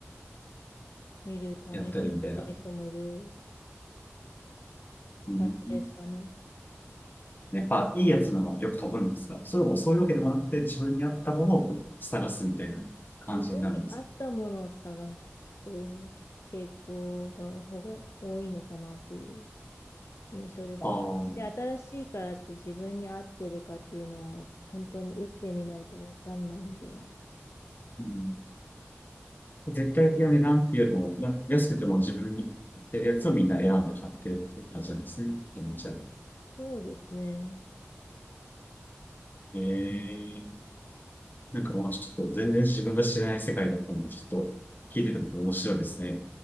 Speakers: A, on the left; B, on the left.
A: 見るために打ってる人もいる
B: やったりみたいな。うん、
A: 感じですかね。
B: やっぱいいやつなのよく飛ぶんですが、それもそういうわけでもなくて自分に合ったものを探すみたいな感じになるんです。
A: 自分に合ったものを探す傾向が、方が多いのかなっていう印象ですね。
B: ああ、
A: して新しいからって自分に合ってるかっていうのは、
B: う
A: 本当に打ってみないとわかんないんで、
B: ん絶対的な値段っていうよりも、な安くても自分に合ってるやつをみんな選んで買ってるっていう感じなんですね。うんじゃあ、
A: そうですね。
B: えー、なんかまあちょっと全然自分が知らない世界だったんで、ちょっと聞いてても面白いですね。